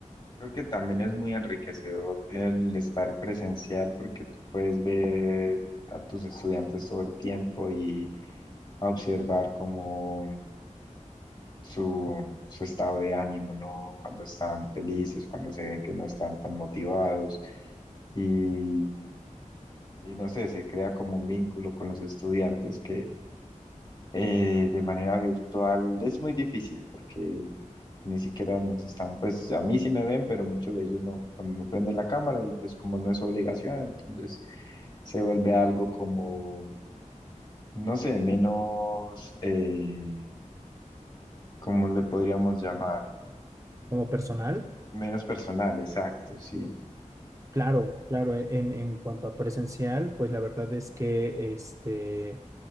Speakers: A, on the left (about 35°); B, on the right (about 25°).
A: Creo que también es muy enriquecedor el estar presencial porque tú puedes ver a tus estudiantes todo el tiempo y observar cómo su, su estado de ánimo, ¿no? Cuando están felices, cuando se ven que no están tan motivados y, y no sé, se crea como un vínculo con los estudiantes que eh, de manera virtual es muy difícil porque ni siquiera nos están, pues a mí sí me ven, pero muchos de ellos no, no prenden la cámara y pues como no es obligación, entonces se vuelve algo como, no sé, menos, eh, ¿cómo le podríamos llamar?
B: Como personal,
A: Menos personal, exacto, sí.
B: Claro, claro, e-, en, en cuanto a presencial, pues la verdad es que este,